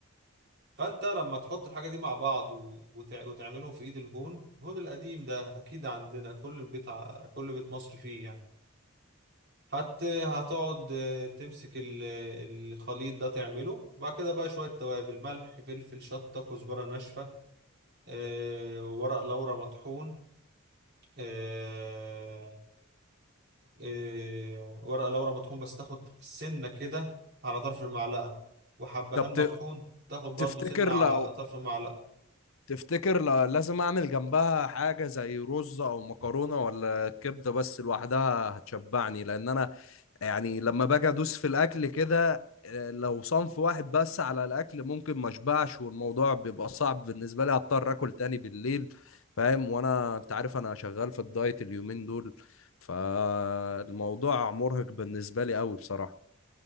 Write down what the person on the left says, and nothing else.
طب
ت-
تفتكر
لو
تفتكر لو لازم اعمل جنبها حاجة زي رز او مكرونة ولا كبدة بس لوحدها هتشبعني لان انا يعني لما باجي ادوس في الاكل كده آه، لو صنف واحد بس على الاكل ممكن ما اشبعش والموضوع بيبقى صعب بالنسبه لي هضطر اكل تاني بالليل فاهم وانا انت عارف انا شغال في الدايت اليومين دول فالموضوع مرهق بالنسبه لي قوي بصراحه